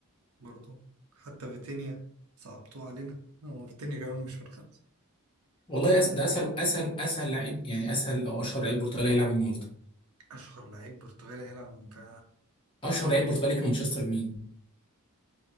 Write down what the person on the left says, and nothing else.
والله أس... ده اسهل اسهل اسهل لعيب يعني اسهل او اشهر لعيب برتغالي هيلعب النهارده
اشهر لعيب برتغالي في مانشستر مين